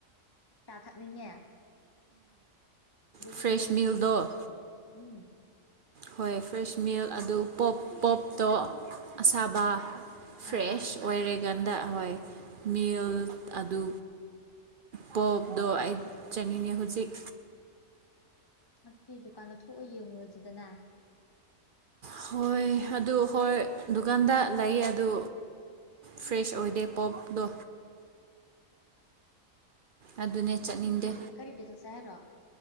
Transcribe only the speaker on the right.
ꯐ꯭ꯔꯦꯁ
ꯃꯤꯜꯗꯣ
ꯍꯣꯏ ꯐ꯭ꯔꯦꯁ ꯃꯤꯜ ꯑꯗꯨ ꯄꯣꯞ ꯄꯣꯞꯇꯣ ꯑꯁꯥꯕ ꯐ꯭ꯔꯦꯁ
ꯑꯣꯏꯔꯦꯀꯥꯟꯗ ꯍꯣꯏ ꯃꯤꯜ ꯑꯗꯨ ꯄꯣꯞꯗ ꯑꯩ ꯆꯅꯤꯡꯅꯤ ꯍꯧꯖꯤꯛ
ꯍꯣꯏ ꯑꯗꯨ ꯍꯣꯏ ꯗꯨꯀꯥꯟꯗ ꯂꯩꯌꯦ ꯑꯗꯨ ꯐ꯭ꯔꯦꯁ ꯑꯣꯏꯗꯦ ꯄꯣꯞꯇꯣ ꯑꯗꯨꯅꯦ ꯆꯠꯅꯤꯡꯗꯦ